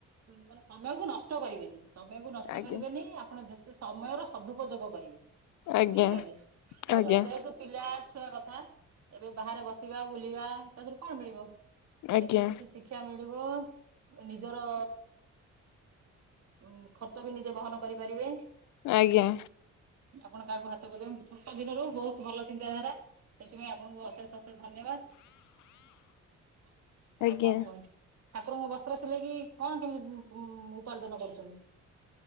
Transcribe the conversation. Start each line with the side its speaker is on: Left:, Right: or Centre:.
Right: ମାନେ ସମୟ କୁ ନଷ୍ଟ କରିବେନି। ସମୟକୁ ନଷ୍ଟ
Left: ଆଜ୍ଞା
Right: କରିବେନି ଆପଣ ଯେତେ ସମୟର ସଦୁପଯୋଗ କରିବେ।
Left: ଆଜ୍ଞା
Right: ବୁଝିପାରିଲେ? ଭଲ
Left: ଆଜ୍ଞା
Right: ଯେହେତୁ ପିଲା ଛୁଆ କଥା ଏବେ ବାହାରେ ବସ ସିବା ବୁଲିବା ତାଧିରୁ କଣ ମିଳିବ?
Left: ଆଜ୍ଞା
Right: ଏଥିରୁ କିଛି ଶିଖ କ୍ଷା ମିଳିବ ନିଜର ଉଁ ଖର୍ଚ୍ଚ ବି ନିଜେ ବହନ କରିପାରିବେ।
Left: ଆଜ୍ଞା।
Right: ଆପଣ କାହାକୁ ହାତ <unintelligible> ଛୋଟ ଦିନରୁ ବହୁତ ଭଲ ଚିନ୍ତାଧାରା। ସେଥିପାଇଁ ଆପଣଙ୍କୁ ଅଶେଷ ଅଶେଷ ଧନ୍ୟବାଦ। ଆଉ
Left: ଆଜ୍ଞା
Right: କଣ କୁହନ୍ତୁ? ଠାକୁରଙ୍କ ବସ୍ତ୍ର ସିଲେଇକି କଣ କେମିତି ଉ ମ୍ ଉପାର୍ଜନ କରୁଚନ୍ତି?